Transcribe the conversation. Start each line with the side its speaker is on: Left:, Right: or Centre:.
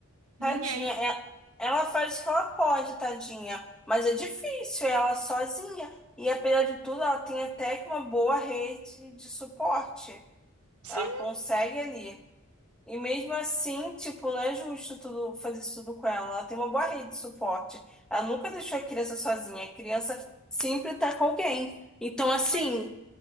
Right: Ninguém.
Centre: Tadinha, é- ela faz o que ela pode, tadinha. Mas é difícil, é ela sozinha. E apesar de tudo, ela tem até que uma boa rede de suporte.
Right: Sim,
Centre: Ela consegue ali. E mesmo assim, tipo, não é justo tudo, fazer isso tudo com ela. Ela tem uma boa rede de suporte. Ela nunca deixou a criança sozinha. A criança sempre tá com alguém. Então, assim.
Right: foi.